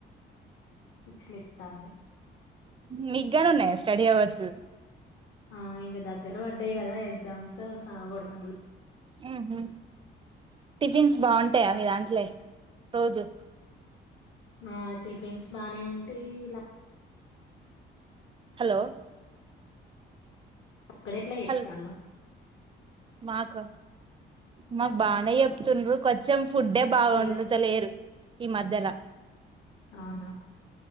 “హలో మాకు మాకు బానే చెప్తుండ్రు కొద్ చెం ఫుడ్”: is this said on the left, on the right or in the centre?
Right